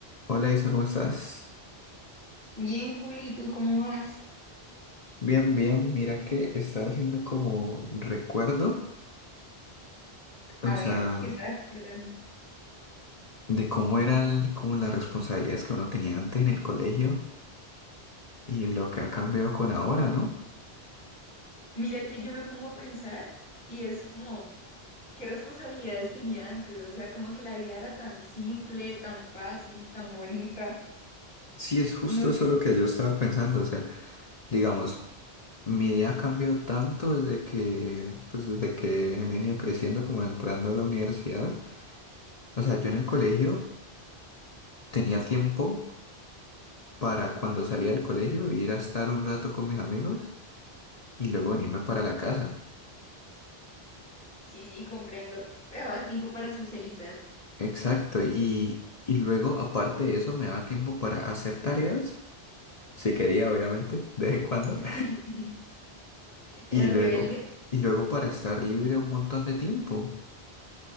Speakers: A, on the left (about 40°); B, on the left (about 70°).
A: Hola Isa, ¿cómo estás?
B: Bien, Juli, ¿y ¿tú cómo vas?
A: Bien, bien. Mira que estaba haciendo como recuerdo, o
B: A
A: sea,
B: ver, ¿qué estabas recordando?
A: de cómo eran como las responsabilidades que uno tenía antes en el colegio y lo que ha cambiado con ahora, ¿no?
B: Mira que yo me pongo a pensar y es como, ¿qué responsabilidades tenía antes? O sea, como que la vida era tan simple, tan fácil, tan bonita.
A: Sí, es justo
B: No
A: eso
B: sé.
A: lo que yo estaba pensando, o sea, digamos, mi día ha cambiado tanto desde que, pues desde que he venido creciendo, como entrando a la universidad. O sea, yo en el colegio tenía tiempo para cuando salía del colegio ir a estar un rato con mis amigos y luego venirme para la casa.
B: Sí, sí, comprendo. Te daba tiempo para socializar.
A: Exacto, y, y luego aparte de eso me daba tiempo para hacer tareas, si quería obviamente, de vez en cuando,
B: <laughs>
A: <laughs>
B: ¿Eras
A: y luego,
B: rebelde?
A: y luego para estar libre un montón de tiempo.